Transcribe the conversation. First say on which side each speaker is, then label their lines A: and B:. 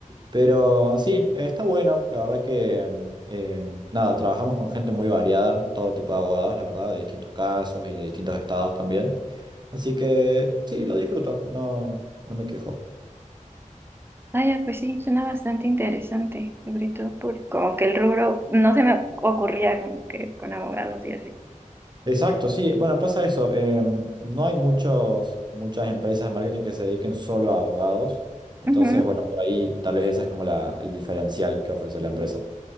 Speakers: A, on the right; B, on the right.
A: Pero sí, está bueno. La verdad que, eh, nada, trabajamos con gente muy variada, todo tipo de abogados, la verdad, de distintos casos y de distintos estados también. Así que sí, lo disfruto, no, no me quejo.
B: Ah, ya, pues sí, suena bastante interesante, sobre todo por como que el rubro no se me ocurría como que con abogados y así.
A: Exacto, sí. Bueno, pasa eso. em, no hay muchos, muchas empresas de marketing que se dediquen solo a abogados. Entonces,
B: Ujú.
A: bueno, por ahí tal vez esa es como la, el diferencial que ofrece la empresa.